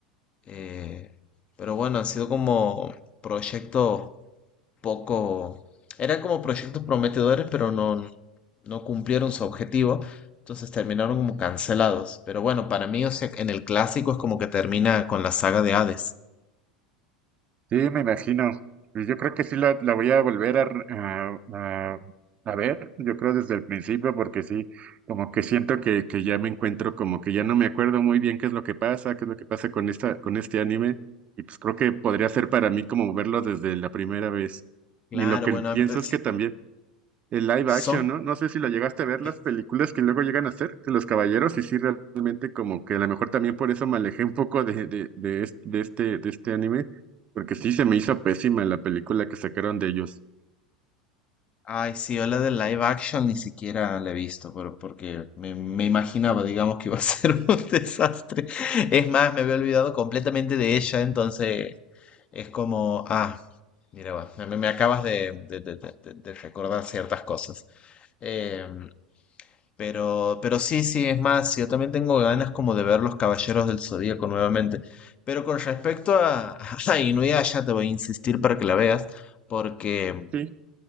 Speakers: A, on the left (about 30°); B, on the right (about 30°).
A: eh, pero bueno, han sido como proyectos poco, eran como proyectos prometedores, pero no, no cumplieron su objetivo, entonces terminaron como cancelados. Pero bueno, para mí, o sea, en el clásico es como que termina con la saga de Hades.
B: Sí, me imagino. Pues Yo creo que sí la, la voy a volver a, re- a, a- a ver, yo creo desde el principio, porque sí, como que siento que, que ya me encuentro, como que ya no me acuerdo muy bien qué es lo que pasa, qué es lo que pasa con esta, con este anime, y pues creo que podría ser para mí como verlo desde la primera vez.
A: Claro,
B: Y lo que
A: bueno,
B: pienso
A: empe-
B: es que también el live
A: son...
B: action, ¿no? No sé si lo llegaste a ver las
A: que-
B: películas que luego llegan a hacer de los caballeros y sí realmente como que a lo mejor también por eso me alejé un poco de, de, de, es- de este, de este anime, porque sí se me hizo pésima la película que sacaron de ellos.
A: Ay, sí, yo la de live action ni siquiera la he visto, pero porque me, me imaginaba, digamos, que iba a <laughs> ser un desastre. Es más, me había olvidado completamente de ella, entonces es como, ah, mira, va, me, me acabas de, de- de- de- de- de recordar ciertas cosas. Em, Pero, pero sí, sí, es más, yo también tengo ganas como de ver Los Caballeros del Zodíaco nuevamente. Pero con respecto a, <laughs> a Inuyasha, te voy a insistir para que la veas, porque
B: Sí,